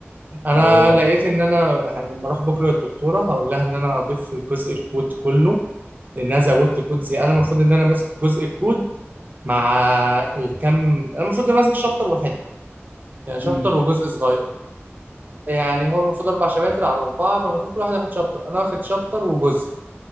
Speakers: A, on the right (about 40°); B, on the left (about 75°).
A: أنا
B: او
A: لقيت
B: اكتر
A: إن أنا ه- لما أروح بكرة للدكتورة هقول لها إن أنا هضيف جزء الكود كله لأن أنا زودت كود زي أنا المفروض إن أنا ماسك جزء الكود مع الكم أنا المفروض إن ماسك شابتر وحتة يعني شابتر
B: امم
A: وجزء صغير يعني هو المفروض أربع شباتر على أربعة فالمفروض كل واحد ياخد شابتر أنا واخد شابتر وجزء